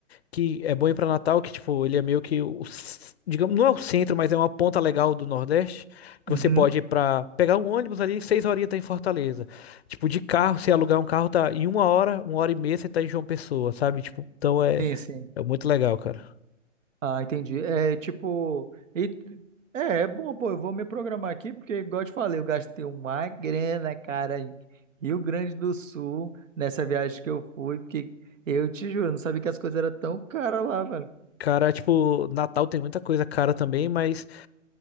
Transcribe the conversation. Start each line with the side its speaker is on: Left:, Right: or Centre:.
Left: que é bom ir pra Natal, que tipo, ele é meio que o, c- digamos, não é o centro, mas é uma ponta legal do Nordeste, que
Right: Uhum.
Left: você pode ir pra pegar um ônibus ali, seis horinhas tá em Fortaleza. Tipo, de carro, se alugar um carro, tá em uma hora, uma hora e meia você tá em João Pessoa, sabe? Tipo, então é,
Right: Sim, sim.
Left: é muito legal, cara.
Right: Ah, entendi. É tipo. e- é, é bom, pô. Eu vou me programar aqui, porque, igual eu te falei, eu gastei uma grana, cara, em Rio Grande do Sul, nessa viagem que eu fui, porque eu te juro, eu não sabia que as coisas eram tão caras lá, velho.
Left: Cara, tipo, Natal tem muita coisa cara também, mas